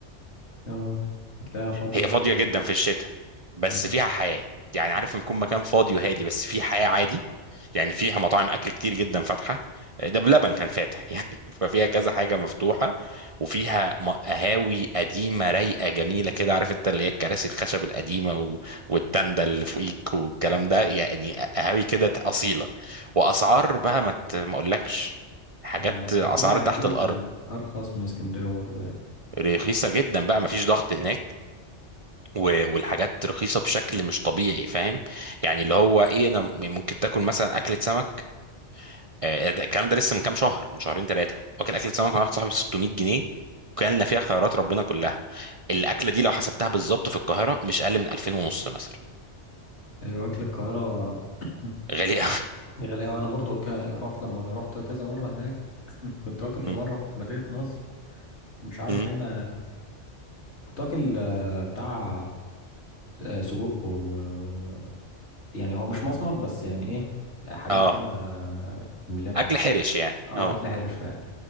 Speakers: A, on the left; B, on the right.
A: اه هتلاقيها فاضيه
B: هي
A: بقى
B: فاضية
A: و-
B: جدا في الشتاء بس
A: مم.
B: فيها حياة يعني عارف لما يكون مكان فاضي وهادي بس فيه حياة عادي يعني فيها مطاعم أكل كتير جدا فاتحة ده بلبن كان فاتح <laughs> يعني ففيها كذا حاجة مفتوحة وفيها م- قهاوي قديمة رايقة جميلة كده عارف انت اللي هي الكراسي الخشب القديمة و... والتندة اللي فوقيك والكلام ده يعني قهاوي كده أصيلة وأسعار بقى ما ت- ما أقولكش حاجات
A: اه
B: أسعار
A: هتبقى
B: تحت
A: اكيد
B: الأرض
A: ارخص من اسكندريه برضه يعني
B: رخيصة جدا بقى مفيش ضغط هناك و- والحاجات رخيصة بشكل مش طبيعي فاهم يعني اللي هو ايه انا م- ممكن تاكل مثلا اكلة سمك آه، ده- الكلام ده لسه من كام شهر من شهرين ثلاثة واكل اكلة سمك مع واحد صاحبي ب 600 جنيه كلنا فيها خيرات ربنا كلها الاكلة دي لو حسبتها بالظبط في القاهرة مش اقل من 2000 ونص مثلا
A: ايوه اكل القاهره <clears throat>
B: غالي قوي
A: غالي أوي أنا برضو ك... رحت لما رحت كذا مرة هناك <clears throat> كنت واكل في
B: مم.
A: مرة في مدينة نصر مش عارف
B: مم.
A: باينة كنت واكل آه، بتاع آه، سجق و... و... يعني هو مش مصمت بس يعني إيه آه،
B: <laughs>
A: حاجات
B: اه
A: كده من اللي-
B: اكل حرش يعني
A: اه
B: اه
A: أكل هارش فعلا